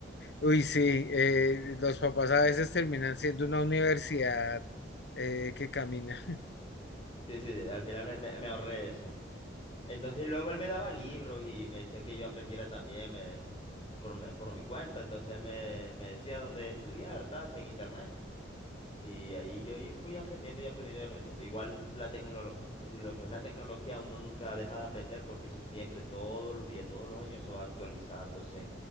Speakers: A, on the left; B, on the left.
A: Uy, sí, eh, los papás a veces terminan siendo una universidad eh, que camina.
B: Sí, sí, al final me, me me ahorré eso. Entonces luego él me daba libros y me decía que yo aprendiera también me- por, me- por mi cuenta. Entonces él me, me decía dónde estudiar, tal, en internet. Y ahí yo y fui aprendiendo y aprendiendo y aprendiendo. Igual la tecnolo- lo que es la tecnología uno nunca deja de aprender porque eso siempre, todos los días, todos los años, eso va actualizándose,